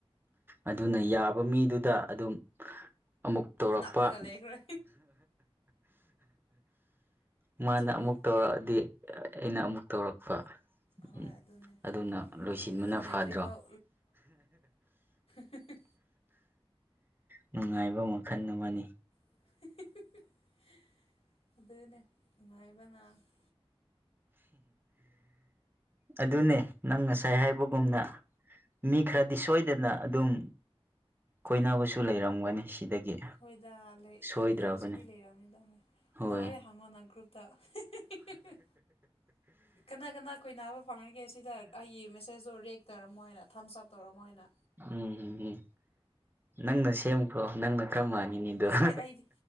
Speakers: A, on the right (about 20°); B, on the left (about 80°).
A: ꯑꯗꯨꯅ ꯌꯥꯕ ꯃꯤꯗꯨꯗꯥ ꯑꯗꯨꯝ꯫ ꯑꯃꯨꯛ ꯇꯧꯔꯛꯄ
B: ꯅꯞꯔꯒ ꯂꯩꯈ꯭ꯔꯦ
A: ꯃꯥꯅ
B: ꯆꯨꯝꯃꯦ
A: ꯑꯃꯨꯛ ꯇꯧꯔꯛꯑꯗꯤ ꯑꯩꯅ ꯑꯃꯨꯛ ꯇꯧꯔꯛꯄ
B: ꯍꯣꯏ
A: ꯎꯝ
B: ꯑꯗꯨꯅꯦ
A: ꯑꯗꯨꯅ ꯂꯣꯏꯁꯤꯟꯕꯅ
B: ꯑꯗꯨꯝ ꯂꯣꯏꯗ꯭ꯔꯤꯐꯥꯎ
A: ꯐꯗ꯭ꯔꯣ
B: ꯍꯤ ꯍꯤ
A: ꯅꯨꯡꯉꯥꯏꯕ ꯃꯈꯜ ꯑꯃꯅꯤ
B: ꯍꯤ ꯍꯤ ꯍꯤ ꯑꯗꯨꯗꯅꯥ ꯉꯅꯨꯡꯉꯥꯏꯕꯅꯥ
A: ꯑꯗꯨꯅꯦ ꯅꯪ ꯉꯁꯥꯏ ꯍꯥꯏꯕꯒꯨꯝꯅ ꯃꯤ ꯈꯔꯗꯤ ꯁꯣꯏꯗꯅꯥ ꯑꯗꯨꯝ ꯀꯣꯏꯅꯕꯁꯨ ꯂꯩꯔꯝꯒꯅꯤ ꯁꯤꯗꯒꯤ꯫
B: ꯍꯣꯏꯗ
A: ꯁꯣꯏꯗ꯭ꯔꯕꯅꯦ
B: ꯍꯧꯖꯤꯛꯇꯤ ꯂꯩꯔꯕꯔꯕꯅꯤꯗꯣꯏ
A: ꯍꯣꯏ
B: ꯅꯪ ꯍꯣꯔꯦꯟ ꯍꯪꯉꯣ ꯅꯪ ꯒ꯭ꯔꯨꯞ ꯇꯥ ꯍꯤ-ꯍꯤ-ꯍꯤ-ꯍꯤ ꯀꯅꯥ ꯀꯅꯥ ꯀꯏ ꯅꯥꯕ ꯐꯪꯍꯟꯒꯦ ꯁꯤꯗ ꯑꯩꯒꯤ ꯃꯦꯁꯦꯁꯇꯣ ꯔꯦꯛ ꯇꯧꯔꯝ ꯃꯣꯏꯅ ꯊꯝ ꯆꯞ ꯇꯧꯔ ꯃꯣꯏꯅ
A: ꯎꯝ ꯎꯝ ꯎꯝ ꯅꯪꯅ ꯁꯦꯝꯈꯔꯣ ꯅꯪꯅ ꯈꯔ ꯃꯥꯟꯅꯤ ꯃꯤꯗꫭ
B: ꯑꯁ ꯑꯩ ꯑꯩꯗꯤ